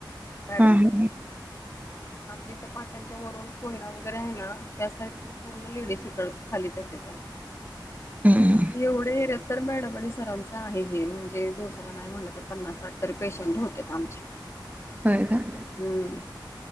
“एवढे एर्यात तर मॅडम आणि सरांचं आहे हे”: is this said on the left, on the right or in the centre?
Left